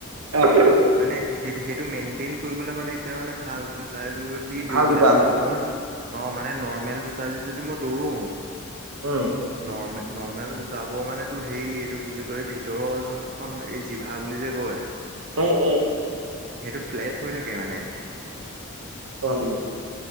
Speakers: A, on the right (about 85°); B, on the right (about 40°).
A: অ'!
B: মানে, সেই সেইটো, মেইনটেইন কৰিবলৈ মানে, এতিয়া মানে, ভাল জোতা এযোৰ দি
A: ভাল
B: দৌৰিবলে।
A: জোতা আজিকালি
B: মই, <unintelligible> অ'! মানে, নৰ্মেল জোতা যদি, মই দৌৰো!
A: উম!
B: নৰ্মে, নৰ্মেল জোতাবোৰ মানে, তোৰ হেৰি, এইটো কি বুলি কয়! এই ভিতৰৰ যোন এইখন, এই জিভা বুলি যে, কয়!
A: অ' অ'!
B: সেইটো, ফ্লেট হৈ থাকে, মানে।
A: উম!